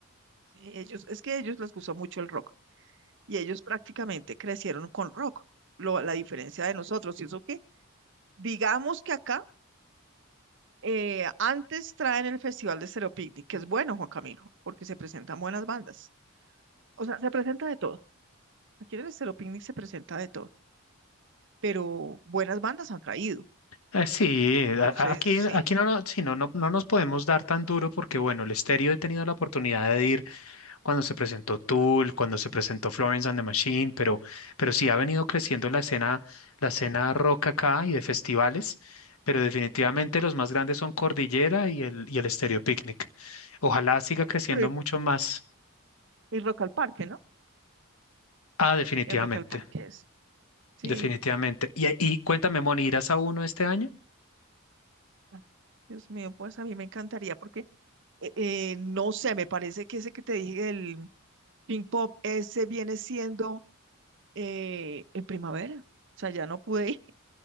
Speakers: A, on the right (about 55°); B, on the left (about 75°).
A: Sí, Ellos, es que a ellos les gusta mucho el rock. y ellos prácticamente crecieron con rock. Lo, la diferencia de nosotros, y eso que, digamos que acá eh, antes traen el Festival de Stereo Picnic, que es bueno, Juan Camilo, porque se presentan buenas bandas. O sea, se presenta de todo. Aquí en el Stereo Picnic se presenta de todo, pero buenas bandas han traído.
B: Eh, Sí,
A: Entonces,
B: a- a- aquí,
A: sí.
B: aquí no, no, sí, no, no, no nos podemos dar tan duro porque, bueno, el estéreo he tenido la oportunidad de ir cuando se presentó Tool, cuando se presentó Florence and the Machine, pero, pero sí ha venido creciendo la escena, la escena rock acá y de festivales, pero definitivamente los más grandes son Cordillera y el, y el Estéreo Picnic. Ojalá siga creciendo
A: Y,
B: mucho más.
A: y Rock al Parque, ¿no?
B: Ah, definitivamente,
A: El Rock al Parque es, sí.
B: definitivamente. Y, y cuéntame, Moni, ¿irás a uno este año?
A: Ah, Dios mío, pues a mí me encantaría porque, eh, eh, no sé, me parece que ese que te dije, el Pink Pop, ese viene siendo eh, en primavera. O sea, ya no pude ir.